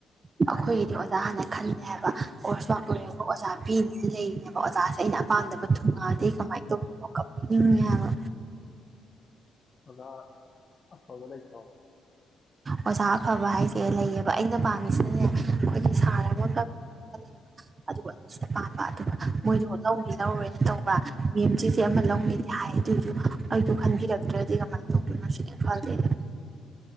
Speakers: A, on the right; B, on the left.
A: ꯑꯩꯈꯣꯏꯒꯤꯗꯤ ꯑꯣꯖꯥ ꯍꯥꯟꯅ ꯈꯟꯂꯦ ꯍꯥꯏꯕ ꯀꯣꯔꯁꯃꯛ ꯑꯣꯏꯔꯒ ꯑꯣꯖꯥ ꯄꯤꯅꯤꯅ ꯂꯩꯔꯤꯅꯦꯕ ꯑꯣꯖꯥꯁꯦ ꯑꯩꯅ ꯑꯄꯥꯝꯗꯕ ꯊꯨꯡꯉꯛꯑꯗꯤ ꯀꯃꯥꯏꯅ ꯇꯧꯗꯣꯏꯅꯣ ꯀꯞꯅꯤꯡꯉꯦ ꯍꯥꯏꯕ
B: ꯑꯣꯖꯥ ꯑꯐꯕ ꯂꯩꯇ꯭ꯔꯣ
A: ꯑꯣꯖꯥ ꯑꯐꯕ ꯍꯥꯏꯁꯦ ꯂꯩꯌꯦꯕ ꯑꯩꯅ ꯄꯥꯝꯃꯤꯁꯤꯅꯅꯦ ꯑꯩꯈꯣꯏꯒꯤ ꯁꯥꯔ ꯑꯃ ꯊꯝꯃꯦꯕ ꯑꯗꯨꯒ ꯃꯣꯏꯗꯣ ꯂꯧꯅꯤ ꯂꯧꯔꯣꯏꯗꯤ ꯇꯧꯕ ꯃꯦꯝ ꯆꯦꯁꯦ ꯑꯃ ꯂꯧꯅꯤꯗꯤ ꯍꯥꯏ ꯑꯗꯨꯁꯨ ꯑꯩꯗꯣ ꯈꯟꯕꯤꯔꯛꯇ꯭ꯔꯗꯤ ꯀꯃꯥꯏꯅ ꯇꯧꯗꯣꯏꯅꯣ ꯁꯤꯅꯤ ꯑꯩꯅꯥ ꯈꯜꯂꯤꯅꯦ